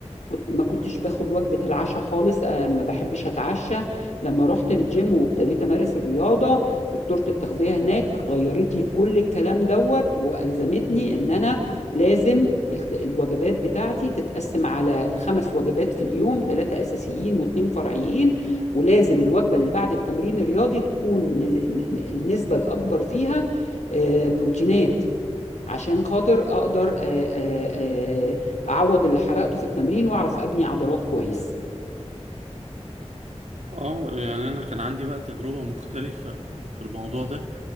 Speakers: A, on the left (about 80°); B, on the right (about 75°).
A: كنت ما كنتش باخد وجبة العشاء خالص آه، ما بحبش اتعشى لما رحت الجيم وابتديت امارس الرياضة دكتورة التغذية هناك غيرت لي كل الكلام دوت والزمتني ان انا لازم ال- الوجبات بتاعتي تتقسم على خمس وجبات في اليوم ثلاثة اساسيين واتنين فرعيين ولازم الوجبة اللي بعد التمرين الرياضي تكون ن- ن- النسبة الاكبر فيها آه، بروتينات عشان خاطر اقدر آه، آه، آه، اعوض اللي حرقته في التمرين واعرف ابني عضلات كويس
B: اه يعني انا كان عندي بقى تجربة مختلفة في الموضوع ده